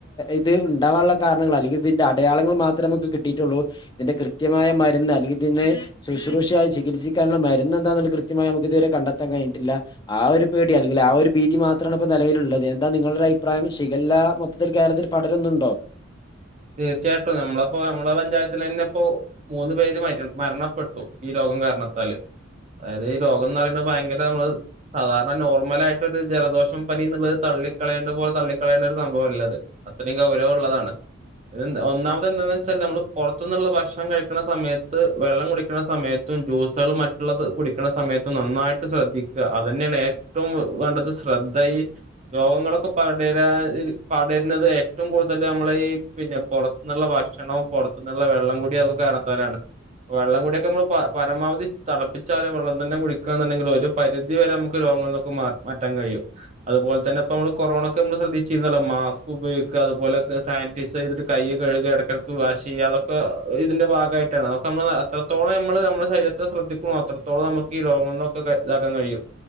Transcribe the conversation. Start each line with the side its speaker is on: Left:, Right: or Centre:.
Left: ഇത് ഉണ്ടാകാനുള്ള കാരണങ്ങൾ അല്ലെങ്കിൽ ഇതിന്റെ അടയാളങ്ങൾ മാത്രമേ നമുക്ക് കിട്ടിയിട്ടുള്ളൂ ഇത് കൃത്യമായ മരുന്ന് അല്ലെങ്കിൽ തന്നെ ശുശ്രൂഷയായി ചികിത്സിക്കാനുള്ള മരുന്ന് എന്താന്നുള്ള കൃത്യമായി നമുക്ക് ഇതുവരെ കണ്ടെത്താൻ കഴഞ്ഞിട്ടില്ല ആ ഒരു പേടി അല്ലെങ്കിൽ ആ ഒരു ഭീതി മാത്രമാണ് ഇപ്പ നിലവിലുള്ളത് എന്താ നിങ്ങളുടെ അഭിപ്രായം ഹിഗല്ല കേരളത്തിൽ പടരുന്നുണ്ടോ
Right: തീർച്ചയായിട്ടും നമ്മളപ്പോ നമ്മളെ പഞ്ചായത്തി തന്നെ ഇപ്പോ മൂന്ന് പേര് മര മരണപ്പെട്ടു ഈ രോഗം കാരണത്താൽ അതായത് ഈ രോഗം എന്ന് പറയ ഭയങ്കര നമ്മള് സാധാരണ നോർമല ആയിട്ടൊ ഒരു ജലദോഷം പനിന്നുള്ളത് തള്ളിക്കളയണ്ട പോലെ തള്ളിക്കളയേണ്ട ഒരു സംഭവം അല്ല അത് അത്രയും ഗൗരവം ഉള്ളതാണ് ഒന്നാമത് എന്താന്ന് വെച്ചാൽ നമ്മള് പുറത്തു നിന്നുള്ള ഭക്ഷണം കഴിക്കണ സമയത്ത് വെള്ളം കുടിക്കണ സമയത്ത് ജ്യൂസുകളും മറ്റുള്ളത് കുടിക്കണ സമയത്ത നന്നായിട്ട് ശ്രദ്ധിക്കുക അത് തന്നെയ ഏറ്റവും ഏറ്റവും വേണ്ടത് ശ്രദ്ധയ രോഗങ്ങളൊക്കെ പടര പടരുന്നത് ഏറ്റവും കൂടുതൽ നമ്മള ഈ പിന്നെ പുറത്തുന്നുള്ള ഭക്ഷണവും പുറത്തു നിന്നുള്ള വെള്ളം കൂടി അതൊക്കെ കാരണത്താലാണ് വെള്ളം കൂടിയൊക്കെ നമ്മൾ പരമാവധി തിളപ്പിച്ചാറിയ വെള്ളം തന്നെ കുടിക്കുകന്നുണ്ടെങ്കിൽ ഒരു പരിധി വരെ നമുക്ക് രോഗങ്ങങ്ങളക്ക ക്ക് മാർ മാറ്റാൻ കഴിയും അതുപോലെ തന്നെപ്പ അമ്മള് കൊറോണക്കമ്മള് ശ്രദ്ധിച്ചിന്നല്ലോ മാസ്ക് ഉപയൊഗിക്ക അത്പോലെക്കെ സാൻ പിസെയ്യ്ത്ട്ട് കൈ കഴുക എടക്ക് എടക്ക് വാഷ് ചെയ്യ അതൊക്കെ ഇതിന്റെ ഭാഗയിട്ടാണ് അതൊക്കെമ്മളെ എത്രത്തോളം ഞമ്മള് ഞമ്മളെ ശരീരത്തെ ശ്രദ്ധിക്ക്ണോ അത്രത്തോളം ന്നമക്ക് ഈ രോഗങ്ങളന്നൊക്കെ ഇതാക്കാൻ കഴിയും.